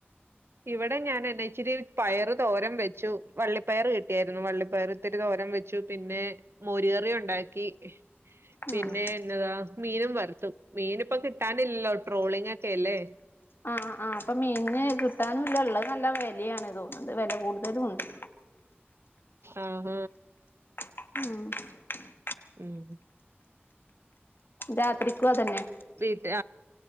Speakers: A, on the right; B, on the left.
A: ഇവിടെ ഞാൻ അതേ ഇച്ചിരി പയറ് തോരം വെച്ചു വള്ളിപ്പയർ കിട്ടിയായിരുന്നു വള്ളിപ്പയർ ഇത്തിരി തോരം വെ ച്ചു പിന്നെ മോരു കറി ഉണ്ടാക്കി പിന്നെ
B: ആഹ്
A: എന്നതാ മീനും വറുത്തു മീന് ഇപ്പ കിട്ടാനില്ലല്ലോ ട്രോളിംഗോക്കെയല്ലേ
B: ആ ആ ആ അപ്പൊ മീന് കിട്ടാനും ഇല്ല ഇള്ളത് നല്ല വെല്യാണ് തോനിണ്ട് വെല കൂടുതലും ഇണ്ട്
A: ആഹ
B: മം
A: ഹമ്മ്
B: രാത്രിക്കും അതന്നെ
A: <unintelligible> ട്ട